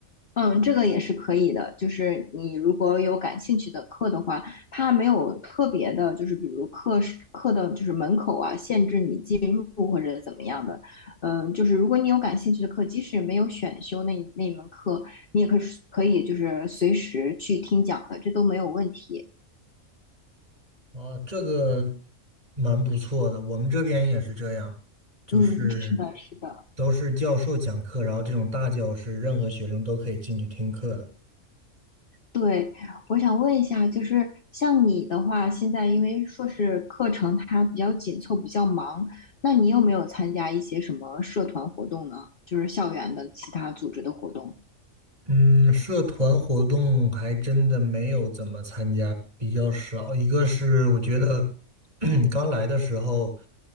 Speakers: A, on the left; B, on the right.
A: 嗯，这个也是可以的。就是你如果有感兴趣的课的话，它没有特别的，就是比如课时课的，就是门口啊，限制你进入或者怎么样的。嗯，就是如果你有感兴趣的课，即使没有选修那一那一门课，你也可以可以就是随时去听讲的，这都没有问题。
B: 哦，这个蛮不错的，我们这边也是这样，就是
A: 嗯，是的，是的。
B: 都是教授讲课，然后这种大教室，任何学生都可以进去听课的。
A: 对，我想问一下，就是像你的话，现在因为硕士课程它比较紧凑，比较忙，那你有没有参加一些什么社团活动呢？就是校园的其他组织的活动？
B: 嗯，社团活动还真的没有怎么参加，比较少。一个是我觉得 <clears throat> 刚来的时候，